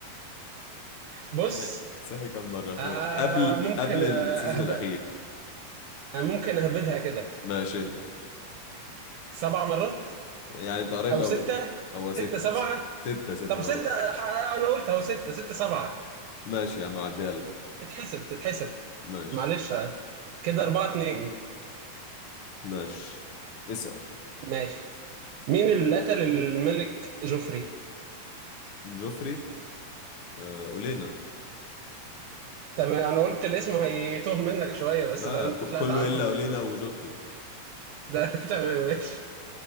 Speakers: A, on the right; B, on the left.
A: بص
B: <laughs> صحي كم مرة يا اخويا
A: آه
B: قبل
A: ممكن
B: قبل
A: آه،
B: السيزون
A: أهب...
B: الأخير
A: آه، ممكن اهبدها كده
B: ماشي اهبط
A: سبع مرات
B: يعني انت قريب
A: او
B: قوي
A: ستة
B: هو ستة
A: ستة سبعة
B: ستة ست
A: طب
B: مرات
A: ستة ح- انا قلت اهو ستة ستة سبعة
B: ماشي يا عم عديها لك
A: تتحسب تتحسب
B: ماشي
A: معلش كده أربعة اتنين
B: ماشي اسأل
A: ماشي مين اللي قتل الملك جوفري
B: جوفري آه أولينا
A: تمام أنا قلت الاسم هيتوه منك شوية بس
B: لا
A: لا أنت
B: ك-
A: طلعت
B: كله
A: عارفه
B: إلا أولينا وجوفري
A: ده <laughs> تمام ماشي